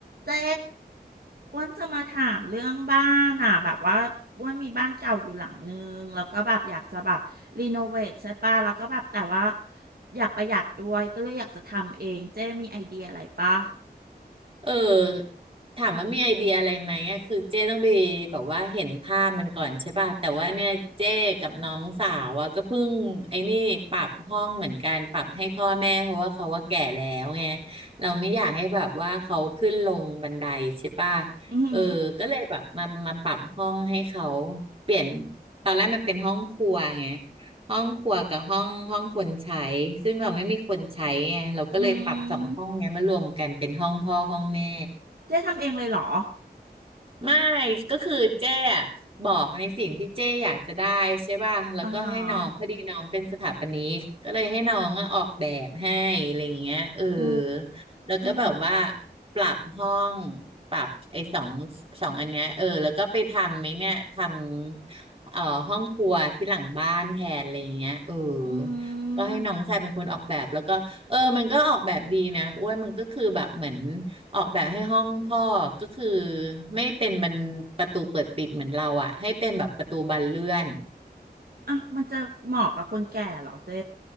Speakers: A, on the right (about 65°); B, on the right (about 35°).
A: เจ๊อ้วนจะมาถามเรื่องบ้านอ่ะแบบว่าอ้วนมีบ้านเก่าอยู่หลังนึงแล้วก็แบบอยากจะแบบรีโนเวทใช่ป่ะแล้วก็แบบแต่ว่าอยากประหยัดด้วยก็เลยอยากจะทำเองเจ๊มีไอเดียอะไรป่ะ
B: เออถามว่ามีไอเดียอะไรไหมอะคือเจ้ต้องไปแบบว่าเห็นภาพมันก่อนใช่ป่ะแต่ว่าเนี่ยเจ้กับน้องสาวอะก็เพิ่งไอ้นี่ปรับห้องเหมือนกันปรับให้พ่อแม่เพราะว่าเขาว่าแก่แล้วไงเราไม่อยากให้แบบว่าเขาขึ้นลงบันไดใช่ป่ะ
A: อือหือ
B: เออก็เลยแบบมามาปรับห้องให้เขาเปลี่ยนตอนแรกมันเป็นห้องครัวไง ห้องครัวกับห้องห้องคนใช้ซึ่งเราไม่มีคนใช้ไงเราก็เลยปรับสองห้องเนี้ยมารวมกันเป็นห้องพ่อห้องแม่
A: อืมเจ๊ทำเองเลยเหรอ
B: ไม่ก็คือเจ๊อะบอกในสิ่งที่เจ๊อยากจะได้ใช่ป่ะแล้วก็ให้น้องพอดีน้องเป็นสถาปนิกก็เลยให้น้องอะออกแบบให้อะไรอย่างเงี้ยเออ
A: อ่าฮะอื
B: แล้วก็แบบว่า
A: ม
B: ปรับห้องปรับไอ้สองสองอันเนี้ยเออแล้วก็ไปทำไหมเนี่ยทำเอ่อห้องครัวที่หลังบ้านแทนอะไรอย่างเงี้ยเออ
A: อื
B: ก็ให้น้องชายเป็นคนออกแบบแล้วก็เออมันก็ออกแบบดีนะอ้วนมันก็คือแบบเหมือน
A: ม
B: ออกแบบให้ห้องพ่อก็คือไม่เป็นมันประตูเปิดปิดเหมือนเราอ่ะให้เป็นแบบประตูบานเลื่อน
A: อ่ะมันจะเหมาะกับคนแก่เหรอเจ๊